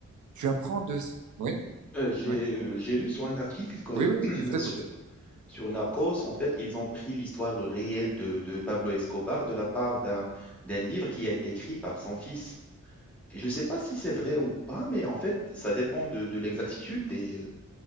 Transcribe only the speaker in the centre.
euh, j'ai,
euh, j'ai lu sur un article que
<clears throat>
Sur Narcos, en fait, ils ont pris l'histoire réelle de, de Pablo Escobar de la part d'un d'un livre qui a été écrit par son fils. Et je ne sais pas si c'est vrai ou pas, mais en fait, ça dépend de, de l'exactitude des, euh,